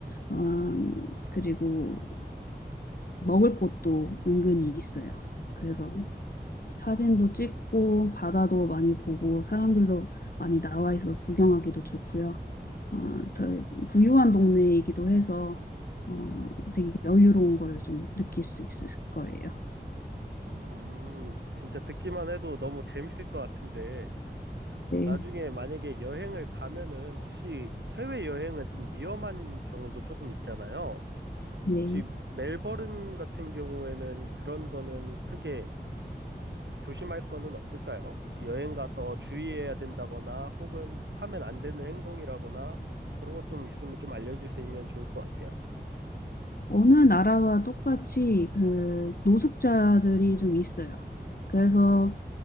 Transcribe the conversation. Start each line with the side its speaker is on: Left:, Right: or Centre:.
Left: 어, 그리고 먹을 곳도 은근히 있어요. 그래서 사진도 찍고 바다도 많이 보고 사람들도 많이 나와 있어서 구경하기도 좋고요. 어, 더 부유한 동네이기도 해서 어, 되게 여유로운 거를 좀 느낄 수 있을 거예요.
Right: 음, 진짜 듣기만 해도 너무 재밌을 것 같은데,
Left: 네,
Right: 나중에 만약에 여행을 가면은 혹시 해외 여행은 좀 위험한 경우도 조금 있잖아요.
Left: 네.
Right: 혹시 멜버른 같은 경우에는 그런 거는 크게 조심할 거는 없을까요? 혹시 여행 가서 주의해야 된다거나 혹은 하면 안 되는 행동이라거나 그런 것 좀 있으면 좀 알려주시면 좋을 것 같아요.
Left: 어느 나라와 똑같이 그 노숙자들이 좀 있어요. 그래서